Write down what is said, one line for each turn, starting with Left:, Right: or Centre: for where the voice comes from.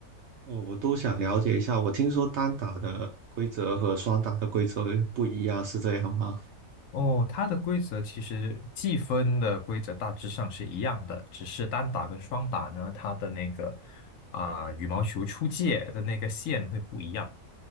Right: 哦，我都想了解一下。我听说单打的规则和双打的规则又不一样，是这样吗？
Left: 哦，它的规则其实计分的规则大致上是一样的，只是单打跟双打呢，它的那个啊、羽毛球出界的那个线会不一样。